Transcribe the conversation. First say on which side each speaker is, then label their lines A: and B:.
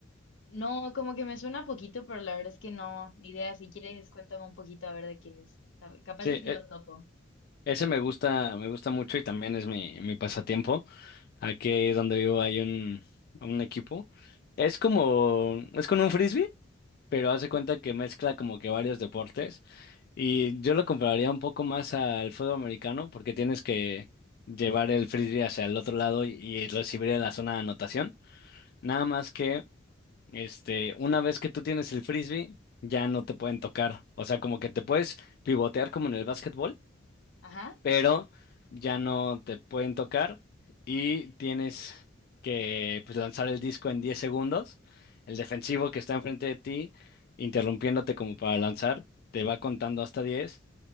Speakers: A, on the left (about 75°); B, on the left (about 50°).
A: no, como que me suena poquito, pero la verdad es que no, ni idea, si quieres cuéntame un poquito a ver de qué es, Cap- capaz
B: Sí,
A: y si
B: e-
A: lo topo.
B: ese me gusta, me gusta mucho y también es mi, mi pasatiempo. Aquí donde vivo hay un, un equipo. Es como, es con un frisbee, pero hace cuenta que mezcla como que varios deportes. Y yo lo compararía un poco más al fútbol americano porque tienes que llevar el frisbee hacia el otro lado y, y recibir en la zona de anotación. Nada más que este, una vez que tú tienes el frisbee, ya no te pueden tocar. O sea, como que te puedes pivotear como en el básquetbol,
A: Ajá,
B: pero ya no te pueden tocar y tienes que pues, lanzar el disco en 10 segundos. El defensivo que está enfrente de ti, interrumpiéndote como para lanzar, te va contando hasta 10